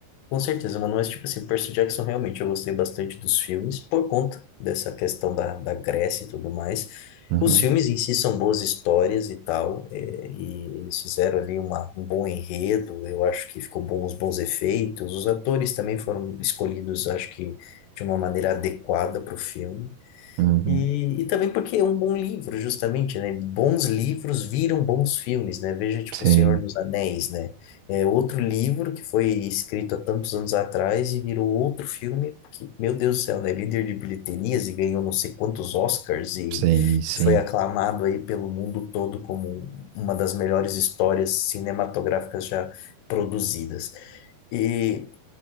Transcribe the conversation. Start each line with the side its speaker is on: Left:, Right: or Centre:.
Left: Com certeza, mano. Mas, tipo assim, Percy Jackson, realmente, eu gostei bastante dos filmes por conta dessa questão da, da Grécia e tudo mais.
Right: Uhum,
Left: Os filmes em si são boas histórias e tal, é, e eles fizeram ali uma, um bom enredo, eu acho que ficou bom, os bons efeitos. Os atores também foram escolhidos, acho que, de uma maneira adequada para o filme.
Right: uhum.
Left: E, e também porque é um bom livro, justamente, né? Bons livros viram bons filmes, né? Veja, tipo,
Right: Sim,
Left: O Senhor dos Anéis, né? É outro livro que foi escrito há tantos anos atrás e virou outro filme, porque, meu Deus do céu, né? Líder de bilheterias e ganhou não sei quantos Oscars e
Right: sim, sim,
Left: foi aclamado aí pelo mundo todo como um, uma das melhores histórias cinematográficas já produzidas. E